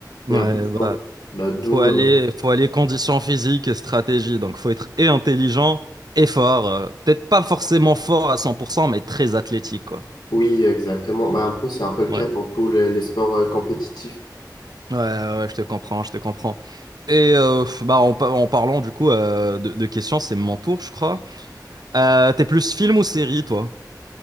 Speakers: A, on the right; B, on the left.
A: Ouais,
B: et un peu
A: bah,
B: fort. Bah, d'où,
A: faut aller,
B: euh,
A: faut aller condition physique et stratégie. Donc, faut être et intelligent et fort. euh, peut-être pas forcément fort à 100%, mais très athlétique, quoi.
B: oui, exactement. Bah, un peu, c'est un peu le cas
A: Ouais.
B: dans tous les, les sports euh, compétitifs.
A: Ouais, ouais, ouais, je te comprends, je te comprends. Et euh, f- bah, en, pa- en parlant du coup euh, de, de questions, c'est mon tour, je crois. Euh, t'es plus film ou série, toi?